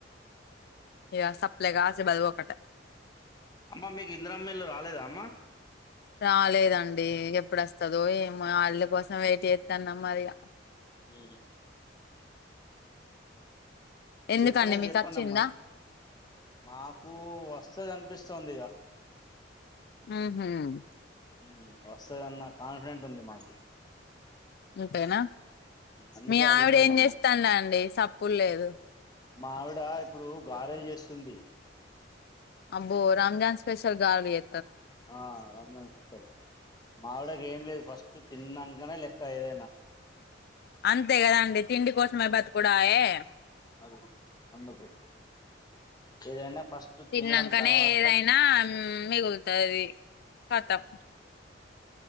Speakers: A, on the left; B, on the left.
A: ఇగ సప్లేగా ఆసిబాద్ పోకట
B: అమ్మ మీకు ఇందిరమ్మ ఇల్లు రాలేదా అమ్మా
A: రాలేదండి ఎప్పుడు వస్తదో ఏమో, ఆళ్ళ కోసం వెయిట్ చేస్తాన్నం మరి ఇగ
B: మ్మ్
A: ఎందుకండి
B: చెప్పనే
A: మీకు
B: చెప్పండి
A: వచ్చిందా
B: అమ్మా మాకు వస్తది అనిపిస్తుంది ఇగ
A: హ్మ్ హమ్
B: హ్మ్ వస్తదన్న కాన్ఫిడెంట్ ఉంది మాకు
A: ఉంటేనా
B: అందుకే
A: మీ
B: అడుగుతుందమ్మ.
A: ఆవిడ ఏం చేస్తాంది అండి సప్పుడ్ లేదు
B: మా ఆవిడ ఇప్పుడు గారెలు చేస్తుంది
A: అబ్బో రంజాన్ స్పెషల్ గారెలు ఎ
B: ఆ రంజాన్ ఫెషల్ మావిడకి ఏం లేదు ఫస్ట్ తిన్నాకంనే లెక్ క్క ఏదైనా
A: అంతే కదండి తిండి కోసమే బతుకుడాయే
B: అది అందుకు ఏదైనా ఫస్ట్
A: తిన్నాంకనే
B: తినడం తర్వాత
A: ఏదైనా మిగులుతది కథం